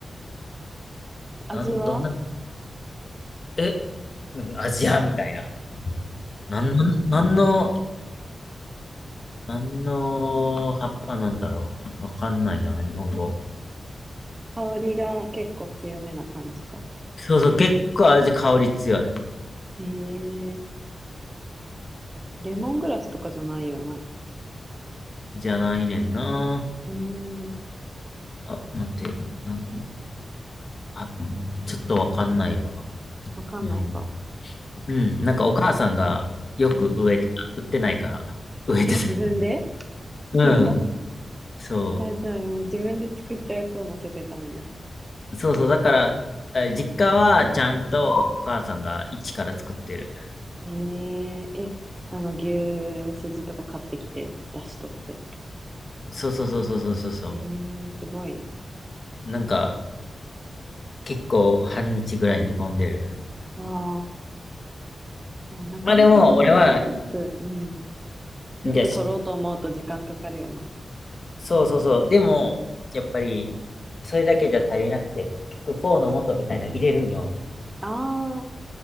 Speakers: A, on the right; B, on the left.
A: 味は
B: なん、どんな、え、うん、アジアみたいな。なん、なんの、なんの葉っぱなんだろう。わかんないな、日本語。
A: 香りが結構強めな感じか。
B: そうそう、結構味、香り強い。
A: へえ、レモングラスとかじゃないよな。
B: じゃないねんな。
A: うーん、
B: あ、待って、なん、あ、ちょっとわかんないわ。
A: わかんないか。
B: 日本。うん、なんかお母さんがよく植えてた。
A: うん。
B: 売ってないから。植えてた。
A: え、自分で <laughs>
B: うん、
A: すご
B: そう。
A: い。あ、じゃあもう自分で作ったやつを乗せてたんや。
B: そうそう、だから、え実家はちゃんとお母さんが一から作ってる。
A: へえ、え、あの、牛すじとか買ってきて、出しとって。
B: そうそうそうそうそうそうそ
A: へえ、すごいな。
B: う。なんか、結構半日ぐらい煮込んでる。
A: ああ、いや、なかなかそのスープ、
B: まあでも、俺は、ん
A: うん。スープ取ろうと思うと時間かかるよな。
B: いや、しそうそうそう。でも、やっぱり、それだけじゃ足りなくて、結局、フォーの素みたいなの入れるんよ。
A: ああ、